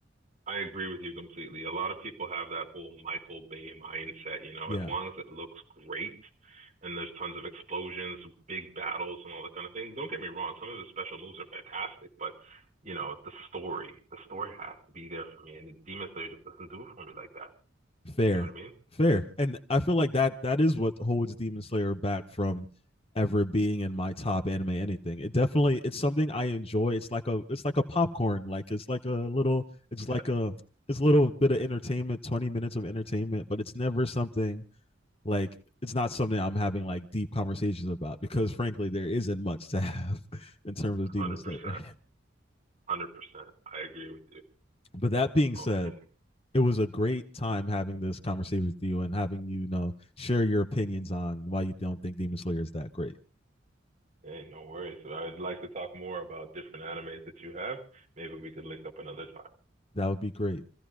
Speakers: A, on the right (about 40°); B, on the left (about 30°).
A: I agree with you completely. A lot of people have that whole Michael Bay mindset, you know,
B: Yeah.
A: as long as it looks great and there's tons of explosions, big battles and all that kind of thing. Don't get me wrong, some of the special moves are fantastic, but you know, the story, the story has to be there for me. And Demon Slayer just doesn't do it for me like that.
B: Fair,
A: You know what I mean?
B: fair, and I feel like that that is what holds Demon Slayer back from ever being in my top anime anything. It definitely it's something I enjoy. It's like a it's like a popcorn. Like it's like a little it's
A: Yes,
B: like a it's a little bit of entertainment, 20 minutes of entertainment, but it's never something like it's not something I'm having like deep conversations about because frankly there isn't much to <laughs> have in terms of Demon
A: hundred
B: Slayer.
A: percent, hundred percent. I agree with you.
B: But that being
A: Oh
B: said,
A: man,
B: it was a great time having this conversation with you and having you, you know share your opinions on why you don't think Demon Slayer is that great.
A: hey, no worries. So I'd like to talk more about different animes that you have. Maybe we could link up another time.
B: That would be great.